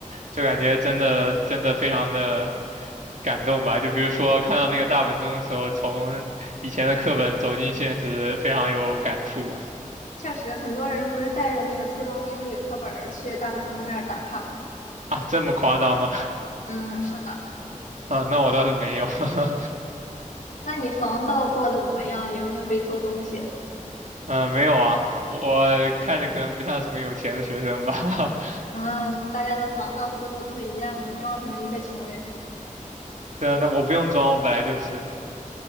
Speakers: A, on the right; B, on the left.
A: 就感觉真的真的非常的感动吧。就比如说看到那个大本钟的时候，从以前的课本走进现实，非常有感触
B: 确实，很多人不是带着那个初中英语课本儿去大本钟那儿打卡。
A: 啊。这么夸张吗？<laughs>
B: 嗯，是的。
A: 啊，那我倒是没有。<laughs>
B: 那你防盗做的怎么样？有没有被偷东西？
A: 嗯，没有啊，我看着可能不像什么有钱的学生吧。<laughs>
B: 嗯，大家的防盗思路都是一样的，装成一个穷人，
A: 对啊，那我不用装，我本来就是。